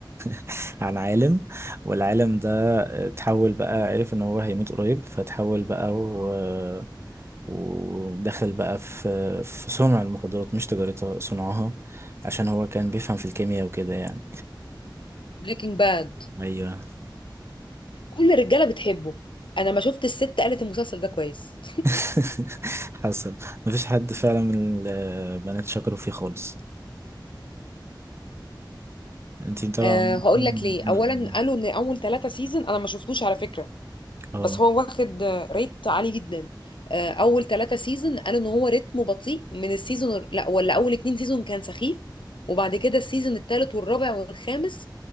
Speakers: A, on the right; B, on the left.
A: <laughs> عن عالم والعالم ده اتحول بقى عرف ان هو هيموت قريب فتحول بقى و... ودخل بقى في في صنع المخدرات مش تجارتها صنعها عشان هو كان بيفهم في الكيمياء وكده يعني
B: بريكنج باد
A: ايوه
B: كل الرجالة بتحبه انا ما شفت الست قالت المسلسل ده كويس
A: <laughs> حصل مفيش حد فعلا من البنات شكروا فيه خالص انتي طبعا
B: أه هقول لك ليه
A: <laughs>
B: اولا قالوا ان اول ثلاثة سيزون انا ما شفتوش على فكرة
A: اه
B: بس هو واخد ريت عالي جدا آه، اول ثلاثة سيزون قالوا ان هو رتمه بطيء من السيزون لا ولا اول اتنين سيزون كان سخيف وبعد كده السيزون الثالث والرابع والخامس